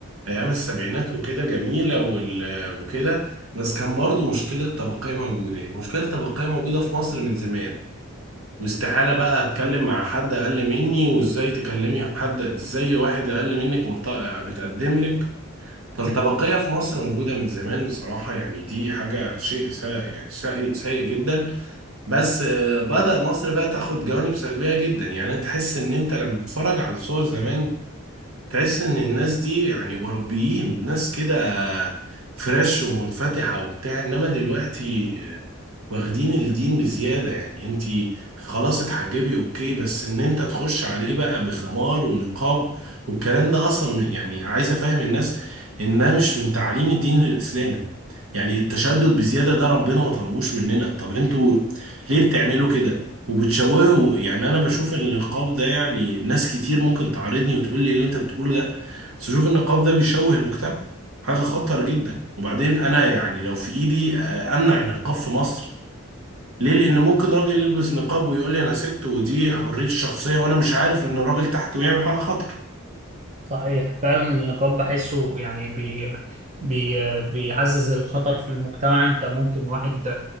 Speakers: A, on the right; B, on the right.
A: أيام السبعينات وكده جميلة وال- آه، وكده بس كان برضو مشكلة الطبقية موجودة يعني مشكلة الطبقية موجودة في مصر من زمان واستحالة بقى أتكلم مع حد أقل مني وإزاي تكلمي حد إزاي واحد أقل منك مرت- يعني متقدم لك فالطبقية في مصر موجودة من زمان بصراحة يعني دي حاجة شيء سيء يعني سيء سيء جدا بس آه، بدأ مصر بقى تاخد جوانب سلبية جدا يعني تحس ان انت لما بتتفرج على الصور زمان تحس ان الناس دي يعني اوروبيين ناس كده فريش ومنفتحه وبتاع انما دلوقتي واخدين الدين بزياده يعني انت خلاص اتحجبي اوكي بس ان انت تخش عليه بقى بخمار ونقاب والكلام ده اصلا يعني عايز افهم الناس انها مش من تعليم الدين الاسلامي يعني التشدد بزياده ده ربنا ما طلبوش مننا طب انتوا ليه بتعملوا كده وبتشوهه يعني انا بشوف ان النقاب ده يعني ناس كتير ممكن تعارضني وتقول لي ايه اللي انت بتقوله ده بس بشوف إن النقاب ده بيشوه المجتمع حاجة خطر جدا وبعدين انا يعني لو في ايدي آه، امنع النقاب في مصر ليه لان ممكن راجل يلبس نقاب ويقول لي انا ست ودي حرية الشخصية وانا مش عارف ان الراجل تحته يعمل حاجة خطر
B: صحيح فعلا النقاب بحسه يعني بي بي بيعزز الخطر في المجتمع انت ممكن واحد